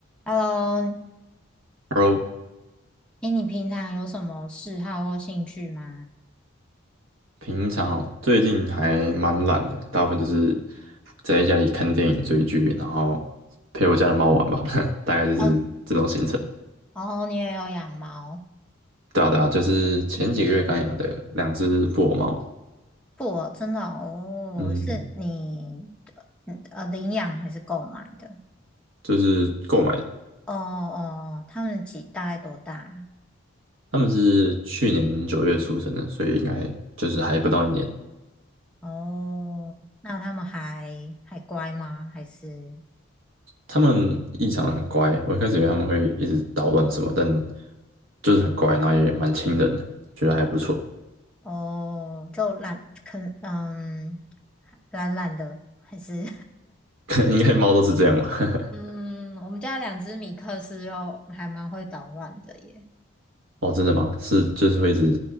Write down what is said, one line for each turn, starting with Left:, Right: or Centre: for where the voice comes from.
Centre: Hello，
Right: Hello，
Centre: 哎，你平常有什么嗜好或兴趣吗？
Right: 平常哦最近还蛮懒的，大部分就是宅在家里看电影、追剧，然后陪我家的猫玩吧，<laughs> 大概就是这种行程。
Centre: 哦，哦，你也有养猫？
Right: 对啊，对啊，就是前几个月刚养的两只布偶猫，
Centre: 不哦真的哦，
Right: 嗯，
Centre: 是你嗯呃领养还是购买的？
Right: 就是购买的，
Centre: 哦哦，他们几大概多大啊？
Right: 它们是去年九月出生的，所以应该就是还不到一年。
Centre: 哦，那他们还还乖吗？还是
Right: 它们异常的很乖，我一开始以为它们会一直捣乱什么，但就是很乖，然后也蛮亲人的，觉得还不错。
Centre: 哦就懒，可嗯懒懒的，还是
Right: <laughs> 应该猫都是这样吧。<laughs>
Centre: <laughs> 嗯，我们家两只米克斯又还蛮会捣乱的耶。
Right: 哦，真的吗？是就是会一直